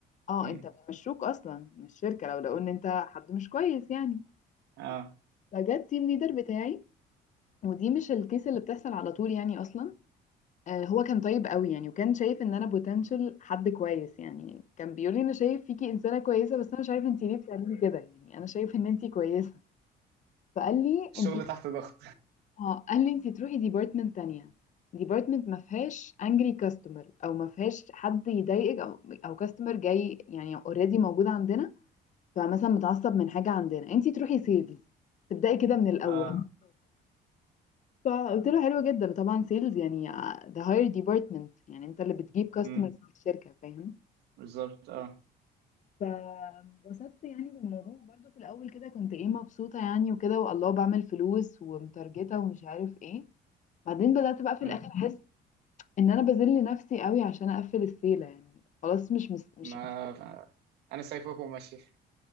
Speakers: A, on the left (about 45°); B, on the right (about 80°).
A: اه
B: امم
A: أنت بيمشوك أصلا من الشركة لو لقوا إن أنت حد مش كويس يعني
B: اه
A: فجت تيم ليدر بتاعي ودي مش الكيس اللي بتحصل على طول يعني أصلا آه، هو كان طيب قوي يعني وكان شايف ان انا بوتنشال حد كويس يعني كان بيقول لي انا شايف فيكي انسانه كويسه بس انا مش عارف انت ليه بتعملي كده يعني انا شايف ان انت كويسه فقال لي
B: الشغل
A: انت
B: تحت ضغط
A: اه قال لي انت تروحي ديبارتمنت تانية ديبارتمنت ما فيهاش انجري كاستمر او ما فيهاش حد يضايقك او او كاستمر جاي يعني اوريدي موجود عندنا فمثلا متعصب من حاجه عندنا انت تروحي سيلز تبداي كده من الاول
B: اه
A: فقلت له حلو جدا وطبعا سيلز يعني ده هاير ديبارتمنت يعني انت اللي بتجيب كاستمرز
B: امم
A: في الشركه فاهم
B: بالظبط اه
A: فبسطت يعني بالموضوع برضه في الاول كده كنت ايه مبسوطه يعني وكده والله بعمل فلوس ومتارجته ومش عارف ايه بعدين بدات بقى في
B: امم
A: الاخر احس ان انا بذل نفسي قوي عشان اقفل السيله يعني خلاص مش مش مش
B: ما
A: مش-
B: انا سايبك وماشي